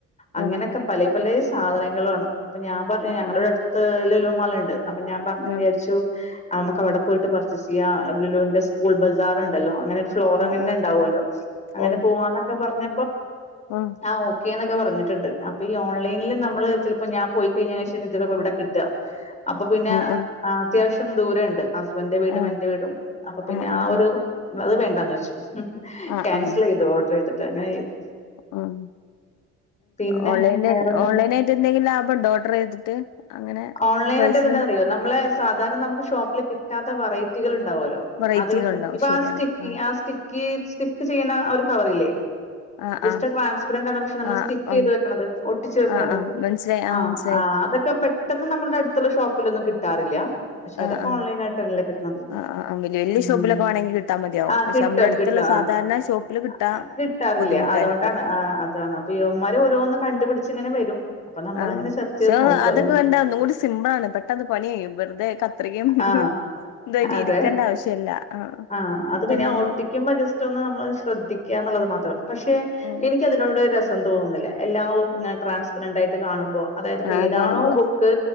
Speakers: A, on the left; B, on the left.
A: അങ്ങനൊക്കെ
B: ആഹ്
A: പലേ പലേ സാധനങ്ങളാണ് അപ്പ ഞാ പർഞ്ഞു
B: ആഹ്
A: ഞങ്ങളടെ അട്ത്ത് ലുലു മാള്ണ്ട് അപ്പ ഞാൻ പർഞ്
B: ആഹ്
A: വിചാരിച്ചു ആമ്മക്കവടെ പോയിട്ട് പർച്ചേസിയ്യാ ലുലുന്റെ സ്കൂൾ ബസാർണ്ടല്ലോ അങ്ങനെ ഒര് ഫ്ലോറങ്ങനെന്നെണ്ടാവോല്ലോ
B: ആഹ് ആഹ്
A: അങ്ങനെ
B: ഓ
A: പോവാന്നൊക്കെ പർഞ്ഞ
B: ആഹ്
A: ആഹ് ഓക്കേന്നൊക്കെ പറഞ്ഞിട്ടുണ്ട് അപ്പൊ ഈ ഓൺലൈനില് നമ്മള് ചെല പ്പൊ ഞാൻ പോയി കഴിഞ്ഞീനേശേ ചെലപ്പോവിടെ കിട്ട അപ്പൊ പിന്നെ
B: ആഹ്
A: അത്യാവശ്യം ദൂരണ്ട് ഹസ്ബന്റെ വീടും
B: ആഹ്
A: എന്റെ വീടും അപ്പൊ പിന്നെ
B: ആഹ് ആഹ്
A: ആ ഒരു അത് വേണ്ടാന്ന് വെച്ചു
B: ആഹ്
A: ക്യാൻസലെയ്തു
B: ആഹ്
A: ഓർഡറെയ്തിട്ട് അങ്ങനെ ചെയ്തു
B: ഉം
A: പിന്നെ
B: ഓൺലൈന്
A: വേറെന്താ
B: ഓൺലൈനായിട്ട് എന്തെങ്കിലും ലാഭണ്ടോ ഓർഡറെയ്തിട്ട് അങ്ങനെ
A: ഓൺലൈനായിട്ട്
B: പ്രയ്സിലും
A: എന്താന്നറിയോ നമ്മളെ സാധാരണ നമുക്ക് ഷോപ്പില് കിട്ടാത്ത വറൈറ്റികള്ണ്ടാവോലോ
B: വെറൈറ്റികൾ
A: അത് കിട്ടും
B: ഉണ്ടാവും
A: ഇപ്പൊ
B: ശരിയാണ്
A: ആ സ്റ്റിക്ക്
B: ആഹ്
A: ആ സ്റ്റിക്കി സ്റ്റിക്ക് ചെയ്യ്ണ ഒരു കവറില്ലേ
B: ആഹ്
A: ജസ്റ്റ്
B: ആഹ്
A: ട്രാൻസ്പെരന്റ് ആണ് പക്ഷെ നമ്മൾ
B: ആഹ്
A: സ്റ്റിക്ക് ചെയ്ത്
B: ആഹ്
A: വെക്ക്‌ണത് ഒട്ടിച്ച് വെക്ക്‌ണത്
B: ആഹ് ആഹ് മനസ്സിലായി
A: ആഹ്
B: മനസ്സിലായി
A: ആഹ് അതൊക്കെ പെട്ടെന്ന് നമ്മളുടെ അടുത്തുള്ള ഷോപ്പിലൊന്നും കിട്ടാറില്ല പക്ഷെ
B: ആഹ്
A: അതൊക്കെ
B: ആഹ്
A: ഓൺലൈനായിട്ടല്ലേ കിട്ട്ണത്
B: ആഹ് ആഹ് വല്യ വല്യ
A: ഉം
B: ഷോപ്പിലൊക്കെ വേണമെങ്കിൽ കിട്ടാൻ മതിയാവും
A: ആഹ്
B: പക്ഷെ
A: കിട്ടും
B: നമ്മള അടുത്തുള്ള
A: കിട്ടും ആഹ്
B: സാധാരണ ഷോപ്പിൽ കിട്ടാൻ
A: <unintelligible> കിട്ടാറില്ല
B: ബുദ്ധിമുട്ടായിരിക്കും
A: അതോണ്ടാണ് ആഹ് അതാണ് അപ് പ്പിവന്മാര് ഓരോന്ന് കണ്ടുപിടിച്ച്ങ്ങനെ വരും അപ്പൊ നമ്മളിങ്ങനെ
B: ആഹ്
A: സെർച്ച്
B: ക്ഷേ
A: ചെയ്ത് നോക്കും
B: അതൊക്കെ
A: അതന്നെ
B: കണ്ടാ ഒന്നും കൂടി സിംമ്പിളാണ് പെട്ടന്ന് പണികയ്യും വെറുതേ കത്രികയും
A: ആ
B: ഇതായിട്ട്
A: അതെ
B: ഇരിക്കേണ്ട ആവശ്യല്ല
A: ആഹ് അത്
B: പെട്ടെന്ന്
A: പിന്നെ ഒട്ടിക്കുമ്പോ ജസ്റ്റ് ഒന്ന് നമ്മള് ശ്രദ്ധിക്ക് ക്ക്യാന്നുള്ളത് മാത്രം പക്ഷേ
B: ഉം
A: എനിക്കതിനോട് രസ സം തോന്നുന്നില്ല എല്ലാവക്കുങ്ങനെ
B: ഉം
A: ട്രാൻസ്പരന്റായിട്ട് കാണുമ്പോ അതായത്പ്പോ
B: ആഹ്
A: ഏതാണോ
B: കാണുമ്പോ
A: ബുക് ക്ക്‌